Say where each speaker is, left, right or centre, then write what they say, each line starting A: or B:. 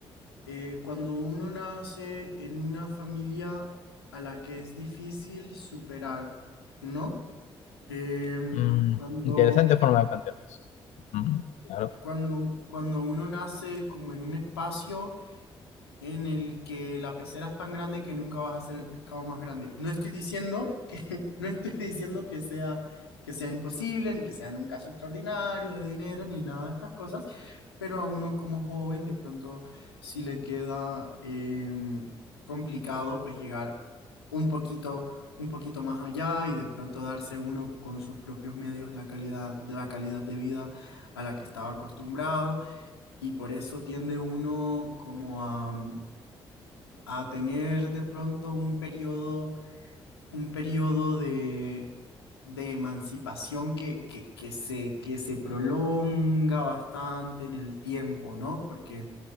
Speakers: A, on the left (about 85°); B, on the left (about 65°).
A: eh, cuando uno nace en una familia a la que es difícil superar, ¿no? Em,
B: Mm,
A: cuando,
B: interesante forma de plantearnos. Mm, Claro.
A: cuando, cuando uno nace como en un espacio en el que la pecera es tan grande que nunca vas a ser el pescado más grande. No estoy diciendo No estoy <laughs> diciendo que sea, que sea imposible, ni que sea en un caso extraordinario de dinero, ni nada de estas cosas, pero a uno como joven, de pronto, si le queda em, complicado, pues llegar un poquito, un poquito más allá y de pronto darse uno con sus propios medios la calidad, la calidad de vida a la que estaba acostumbrado y por eso tiende uno como a, a tener de pronto un periodo un periodo de, de emancipación que, que, que se, que se prolonga bastante en el tiempo, ¿no? Porque